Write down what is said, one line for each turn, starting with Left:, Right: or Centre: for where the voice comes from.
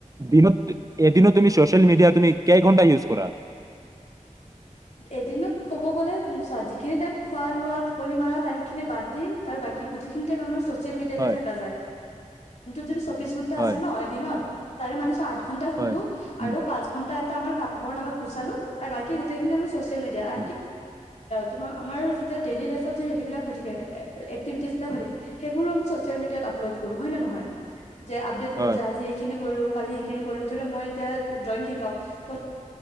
Right: দিনত এদিনত তুমি চোচিয়েল মিডিয়া তুমি কেই ঘন্টা ইউজ কৰা।
Left: এদিনত ক'ব গ'লে যিখিনি টাইম খোৱা লোৱা টোপনি মৰাা টাইম খিনি বাদ দি তাৰ বাকি গোটেইখিনি টাইম আমাৰ। চচিয়েল মেডিয়াতে
Right: হয়
Left: থকা যায়। যদি চৌবিশ ঘন্টা
Right: হয়
Left: আছে ন এদিনত। তাৰে মানে চ। আঠঘণ্টা শুলো
Right: হয় উম
Left: আৰু পাচঁঘটা। কামৰ নামত গুচালো আৰু বাকী। আঁ। চচিয়েল মিডিয়াৰ।
Right: উম
Left: তোমাৰ আমাৰ যেতিয়া ডেইলি লাইফত যে হেৰিবলাক হৈ থাক এক্টিভিটিজিলাক হৈ থাকে সেইবোৰো আমি। চচিয়েল মিডিয়াৰ তআপলোড কৰো হয় নহয়? যে, আপডেট
Right: হয়
Left: কৰোছ আজ এইখিনি কলো। কালি সেইখিনি কৰিলোঁ, ধৰিলও মই এতিয়া ড্ৰয়িং শিকাও ত'।